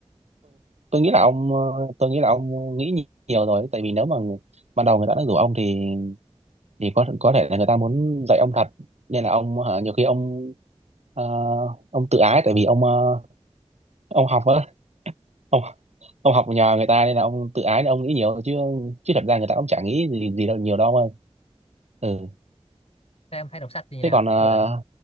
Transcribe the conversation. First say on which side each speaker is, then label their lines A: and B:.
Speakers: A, on the right; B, on the left.
A: tôi nghĩ là ông ờ, tôi nghĩ là ông nghĩ nhi- nhiều rồi tại vì nếu mà ban đầu người ta đã rủ ông thì thì có có thể là người ta muốn dạy ông thật nên là ông hả, nhiều khi ông ờ, ông tự ái tại vì ông ờ, ông học á ông ông học nhờ người ta nên là ông tự ái nên ông nghĩ nhiều chứ chứ thật ra người ta cũng chả nghĩ gì gì đâu nhiều đâu ông ơi ừ
B: các em thấy đọc sách như thế nào
A: thế còn ờ,
B: tôi định